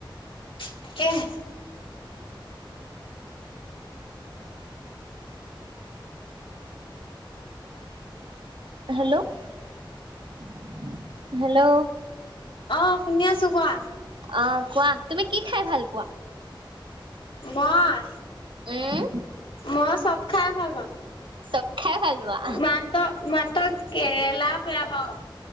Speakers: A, on the left; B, on the right.
A: তাকেহে
B: হেল্ল'-হেল্ল'।
A: অ', শুনি আছো কোৱা।
B: অ কোৱা, তুমি কি খাই ভাল পোৱা?
A: মই
B: উম,
A: মই চব খাই ভাল পাওঁ।
B: চব খাই ভাল পোৱা।
A: মাত'- মাত' কেৰেলা বেয়া পাওঁ।